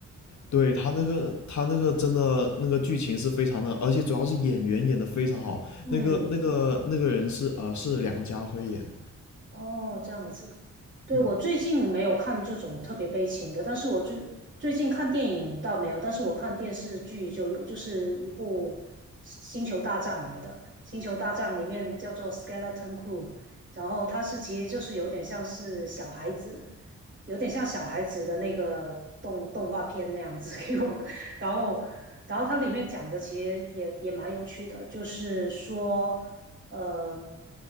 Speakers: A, on the left; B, on the right.
A: 对，他那个，他那个真的那个剧情是非常的，而且主要是演员演的非常好。
B: 嗯，
A: 那个那个那个人是呃是梁家辉演的，
B: 哦，这样子。对，
A: 嗯
B: 我最近没有看这种特别悲情的，但是我最最近看电影倒没有，但是我看电视剧就有，就是一部《星球大战》来的，《星球大战》里面叫做《Skeleton Crew》，然后它是其实就是有点像是小孩子，有点像小孩子的那个动动画片那样子 <laughs> 给我，然后然后它里面讲的其实也也蛮有趣的，就是说。呃，